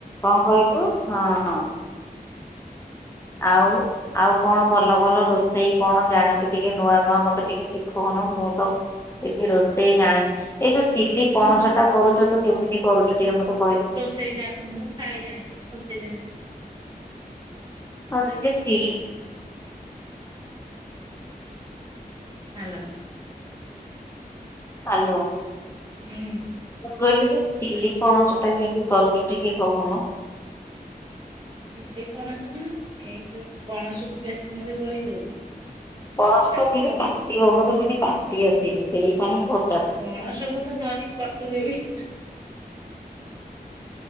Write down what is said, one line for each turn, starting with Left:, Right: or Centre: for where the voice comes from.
Left: କଣ କହିଲୁ ହଁ। ଆଉ। ଆଉ କଣ ଭଲ ଭଲ ରୋଷେଇ କଣ ଜାଣିଚୁ ଟିକେ ନୂଆ ନୂଆ ମତେ ଟିକେ ଶିଖଉନୁ ମୁଁ ତ କିଛି ରୋଷେଇ ଜାଣିନି ଏଇ ଯୋଉ ଚିଲି
Right: ମୁଁ
Left: ପଣସ ଟା କରୁଚୁ ତୁ କେମିତି କରୁଚୁ ଟିକେ ମତେ କହିଲୁ?
Right: ସେ ମୁଁ ଖାଇ ଜାଣିଛି ମୁଁ ରୋଷେଇ ଜାଣିନି।
Left: ହଁ <inaudible> ଚିଲି।
Right: ତ ହ୍ୟାଲୋ।
Left: ଆଲୋ।
Right: ହୁଁ।
Left: ମୁଁ କହିଲି ଯେ ଚିଲି ପଣସ ଟା କେମିତି କରୁଚୁ ଟିକେ କହୁନୁ?
Right: ଚିଲି ପଣସ କଣ ଏଇ ଯୋଉ ପଣସ କୁ ବେସିନରେ ଗୋଳେଇ ଦଉ।
Left: ପଣସ
Right: ତାକୁ
Left: ଟା କେଁତି କାଟିବ ମତେ ମାନେ କାଟି ଆସିନି ସେଇପାଇଁ ପ
Right: ପଣସ କୁ ତ ଧରି କଟୁରରେ ବି